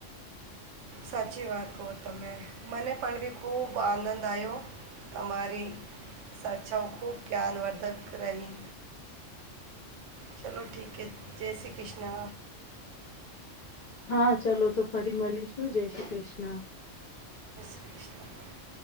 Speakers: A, on the right; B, on the left.
A: સાચી વાત કહો તમે, મને પણ ભી ખુબ આનંદ આવ્યો, તમારી ચર્ચાઓ ખૂબ જ્ઞાનવર્ધક રહી, ચલો ઠીકે જય શ્રી કૃષ્ણ.
B: હા ચલોો તો ફરી મળીશું જય શ્રી કૃષ્ણ.
A: <inaudible>